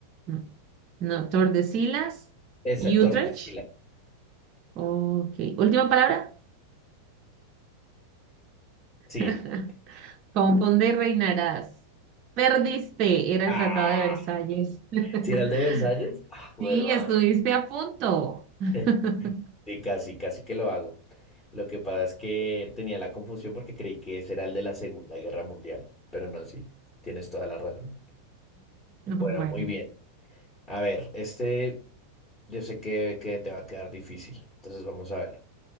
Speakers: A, on the right; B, on the left.
A: No. No, Tordesillas
B: Esa,
A: y
B: Tordesillas.
A: Utrecht. Ok. Última palabra. <laughs>
B: Sí.
A: Confunde y reinarás. Perdiste. Era
B: Ah,
A: el Tratado de Versalles.
B: si
A: <laughs>
B: era el de Versalles. Ah,
A: Sí,
B: huevón.
A: estuviste a punto. <laughs>
B: <laughs> Sí, casi, casi que lo hago. Lo que pasa es que tenía la confusión porque creí que ese era el de la Segunda Guerra Mundial. Pero no, sí, tienes toda la razón. Bueno,
A: Bueno,
B: muy bien. A ver, este yo sé que, que te va a quedar difícil. Entonces vamos a ver.